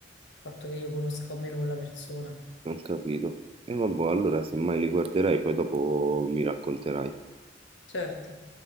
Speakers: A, on the left; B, on the right.
A: fatto che io conosca o meno quella persona.
B: Ho capito. E vabbò, allora semmai li guarderai poi dopo mi racconterai.
A: Certo.